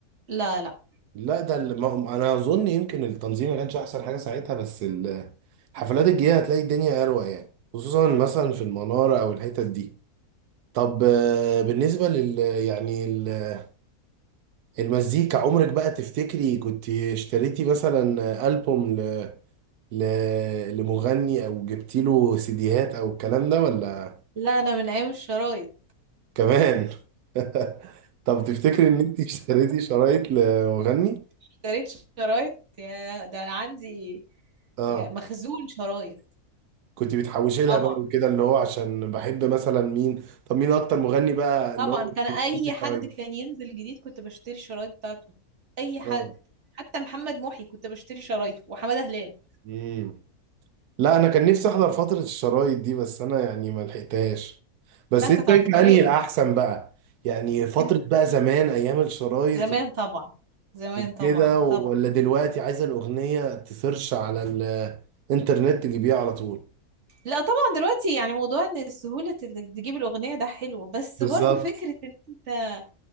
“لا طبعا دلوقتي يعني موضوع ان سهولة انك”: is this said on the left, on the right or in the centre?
Right